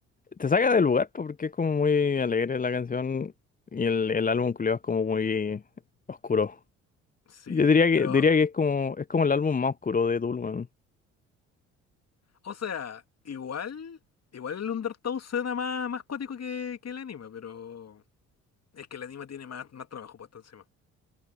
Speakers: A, on the left; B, on the left.
A: te saca del lugar po, porque es como muy alegre la canción y el, el álbum culiao es como muy oscuro.
B: Sí,
A: Yo diría que,
B: pero,
A: diría que es como, es como el álbum más oscuro de Tool, weón.
B: o sea, igual, igual el Undertow suena más, más cuático que, que el anime, pero es que el anime tiene más, más trabajo puesto encima.